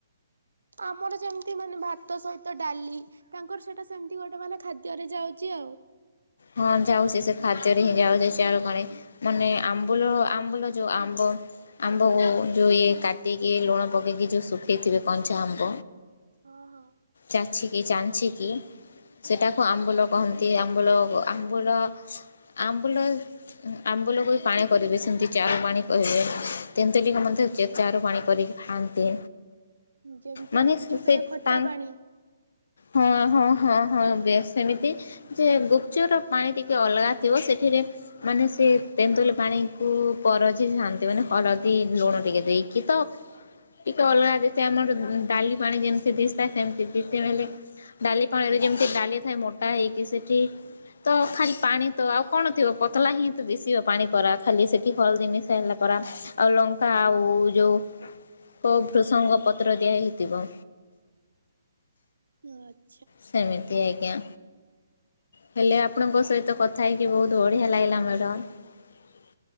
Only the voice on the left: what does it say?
ହଁ ଯାଉଛି ସେ ଖାଦ୍ୟରେ ହିଁ ଯାଉଛି ଚାରୁ ପାଣି ମାନେ ଆମ୍ବୁଲ ଆମ୍ବୁଲ ଯୋଉ ଆମ୍ବ ଆମ୍ବକୁ ଯୋଉ ଇଏ କାଟିକି ଲୁଣ ପକେଇକି ଯୋଉ ଶୁଖେଇଥିବେ କଞ୍ଚା ଆମ୍ବ
ଚାଛି କିି ଚାଞ୍ଚି କିି ସେଟାକୁ ଆମ୍ବୁଲ କହନ୍ତି ଆମ୍ବୁଲ ଆମ୍ବୁଲ ଆମ୍ବୁଲ ଆମ୍ବୁଲକୁ ବି ପାଣି କରିବେ ସେମିତି ଚାରୁ ପାଣି କହିବେ ତେନ୍ତୁଲିକୁ ମଧ୍ୟ ଚାରୁ ପାଣି କରିକି ଖାଆନ୍ତି।
ମାନେ
ସେ
ତା
ହଁ ହଁ ହଁ ହଁ ବେଶ ସେମିତି ଯେ ଗୁପଚୁପ ର ପାଣି ଟିକେ ଅଲଗା ଥିବ ସେଠିରେ ମାନେ ସେ ତେନ୍ତୁଲି ପାଣିକୁ ପରଜିଥାଆନ୍ତି ମାନେ ହଳଦୀ ଲୁଣ ଟିକେ ଦେଇକି ତ ଟିକେ ଅଲଗା ଦେଇଥାଏ ଆମର ଡାଲି ପାଣି ଯେମିତି ଦିଶି ଥାଏ ସେମତି ଦ ହେଲେ ଡାଲି ପାଣିରେ ଯେମିତି ଡାଲି ଥାଏ ମୋଟା ହେଇକି ସେଠି ତ ଖାଲି ପାଣି ତ ଆଉ କଣ ଥିବ ପତଳା ହିଁ ତ ଦିଶିବ ପାଣି ପରା ଖାଲି ସେଠି ହଳଦୀ ମିଶା ହେଲା ପରା ଆଉ ଲଙ୍କା ଆଉ ଯୋଉ ଭୃସଙ୍ଗ ପତ୍ର ଦିଆ ହେଇଥିବ
ସେମିତି ଆଜ୍ଞା। ହେଲେ ଆପଣଙ୍କ ସହିତ କଥା ହେଇକି ବହୁତ ବଢିଆ ଲାଗିଲା ମ୍ୟାଡ଼ମ।